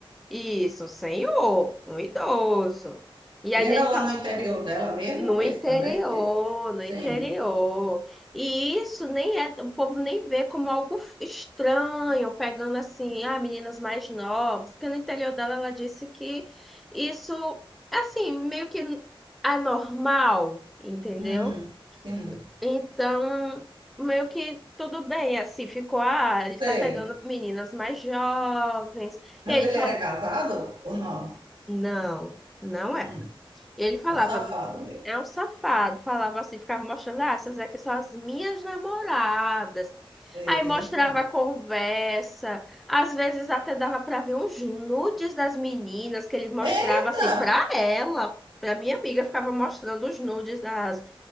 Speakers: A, in the centre; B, on the right (about 60°).
A: Isso, um senhor, um idoso. E ali
B: E era
A: ele,
B: lá
A: fa-
B: no interior dela mesmo,
A: No
B: esse
A: interior,
B: também?
A: no
B: Sim.
A: interior. E isso nem é, o povo nem vê como algo estranho, pegando assim, ah, meninas mais novas, porque no interior dela ela disse que isso, assim, meio que anormal, entendeu?
B: Hum. Sim.
A: Então, meio que tudo bem, assim, ficou, ah, ele
B: Sei.
A: tá pegando meninas mais jovens. E
B: Mas
A: aí ele
B: ele
A: falou,
B: era casado ou não?
A: não, não é.
B: Hum.
A: E ele falava,
B: Um safado mesmo.
A: é um safado, falava assim, ficava mostrando, ah, essas aqui são as minhas namoradas.
B: Eita.
A: Aí mostrava a conversa, às vezes até dava para ver uns nudes das meninas que ele mostrava
B: Eita!
A: assim para ela, para minha amiga, ficava mostrando os nudes das,